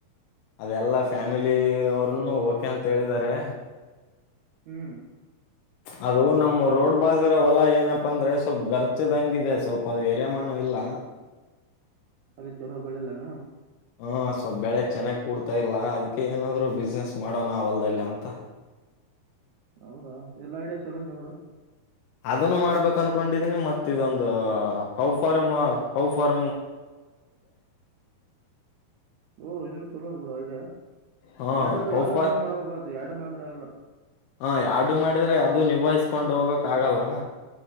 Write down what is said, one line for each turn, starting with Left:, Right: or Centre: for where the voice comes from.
Left: ಅದೆಲ್ಲ ಫ್ಯಾಮಿಲಿ ಅವ್ರನ್ನು ಓಕೆ ಯಾ ಅಂತ ಹೇಳಿದಿದ್ದಾರೆ
Right: ಹ್ಮ್
Left: ಅದು ನಮ್ಮ ರೋಡ್ ಬಾಜರೋ ಹೊಲ ಏನಪ್ಪ ಅಂದ್ರೆ ಗರ್ಚುಇದ್ದಂಗಿದೆ ಸ್ವಲ್ಪ ಅದು ಯರಿಯ ಮಣ್ಣು ಇಲ್ಲ
Right: ಅರಿ ಚೊರ ಬೆಳಲ್ಲಾನ
Left: ಹೂಂ ಸ್ವಲ್ಪ ಬೆಳೆ ಚೆನ್ನಾಗಿ ಕೂಡ್ತಾ ಇಲ್ಲ ಅದಕ್ಕೆ ಏನಾದ್ರು ಬಿಜಿನೆಸ್ ಮಾಡೋಣ ವಲ್ದಲ್ಲಿ ಅಂತ
Right: ಹೌದಾ ಎಲ್ಲಾ ಐಡಿಯಾ ಚಲೋ ಇದ್ಯಾ ಬಿಡು
Left: ಅದನ್ನು ಮಾಡ್ಬೇಕ ಅನ್ಕೊಂಡಿದೀನಿ ಮತ್ತ ಇದೊಂದು ಕೌ ಫಾರ್ಮ್ ಕೌ ಫಾರ
Right: ಹೂಂ ಇದನ್ನು ಚಾಲೂ ಇದೆ ಬಿಡು ಐಡಿಯಾ
Left: ಹಾ
Right: ಎರಡ್ರಲ್ಲಿ
Left: ಕೌ
Right: ಯಾವ್ದ್ರ
Left: ಫಾರ್
Right: ಒಂದ ಮಾಡ್ಬೇಕ ಆತು ಎರಡು ಮಾಡಿದ್ರ ಆಗಲ್ಲ
Left: ಹಾ ಎರಡು ಮಾಡಿದ್ರೆ ಅದು ನಿಭಾಯಿಸ್ಕೊಂಡ್ ಹೋಗಕ್ ಆಗಲ್ಲ